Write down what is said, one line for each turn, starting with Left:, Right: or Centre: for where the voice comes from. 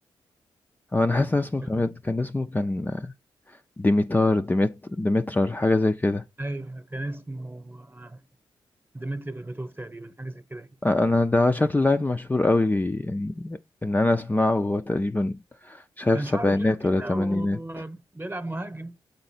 Left: هو انا حاسس ان اسمه
Right: بيرباتوف.
Left: كان كان اسمه كان ديميتار ديميت ديمترار حاجة زي كده
Right: ايوه كان اسمه آه، ديمتري بيرباتوف تقريبا حاجه زي كده
Left: آه، انا ده شكل لاعب مشهور قوي يعني ان انا اسمعه وهو تقريبا شايف
Right: كان
Left: سبعينات
Right: شعره طويل كده
Left: ولا تمانينات
Right: وبيلعب مهاجم